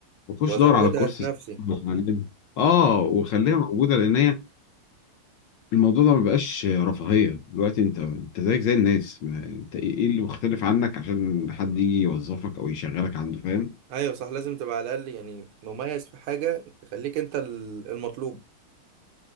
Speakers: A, on the left (about 65°); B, on the right (about 80°).
A: وخش
B: وازودها
A: دور على كورس
B: في نفسي
A: اتعلمها اه وخليها موجودة لان هي الموضوع ده ما بقاش رفاهية دلوقتي انت انت زيك زي الناس ما انت ايه ايه اللي مختلف عنك عشان حد يجي يوظفك او يشغلك عنده فاهم
B: ايوه صح لازم تبقى على الاقل يعني مميز في حاجه تخليك انت ال- المطلوب